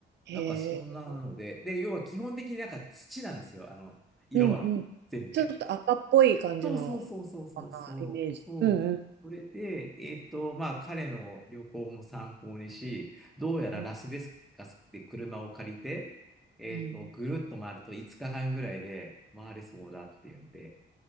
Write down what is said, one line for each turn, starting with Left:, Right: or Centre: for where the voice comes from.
Right: へえ。
Centre: なんかそんなので、で、要は基本的になんか土なんですよ、あの、色は。
Right: うんうん。
Centre: 全部ね。
Right: ちょっと赤っぽい感じの
Centre: そうそうそうそうそうそう。
Right: かな、イメージ。
Centre: そうそれで、
Right: うんうん。
Centre: えっと、まあ彼の旅行も参考にし、どうやらラスベガスで車を借りて、
Right: うん。
Centre: えっと、
Right: うん
Centre: ぐるっと回ると5日間ぐらいで回れそうだっていうんで、